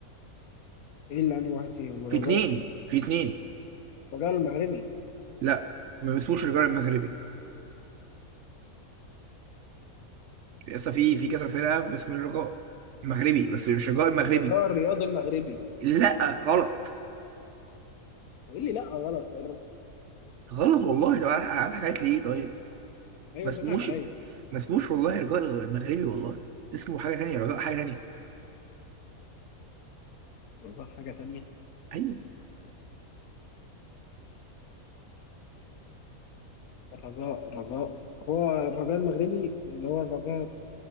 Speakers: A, on the left; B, on the right.
A: ايه اللي انهي واحد فيهم الرجاء
B: في اتنين في اتنين
A: الرجاء المغربي
B: لا ما باسموش الرجاء المغربي لسه في في كذا فرقة باسم الرجاء مغربي بس مش الرجاء المغربي
A: الرجاء الرياض المغربي
B: لا غلط
A: قال لي لا غلط
B: غلط والله طب انا أنا حكيت ليه طيب
A: ايوه
B: ما اسموش
A: بتضحك عليا
B: ما اسموش والله الرجاء المغربي والله اسمه حاجة تانية رجاء حاجة تانية
A: الرجاء حاجه تانية
B: ايوه
A: الرجاء الرجاء هو الرجاء المغربي واللي هو الرجاء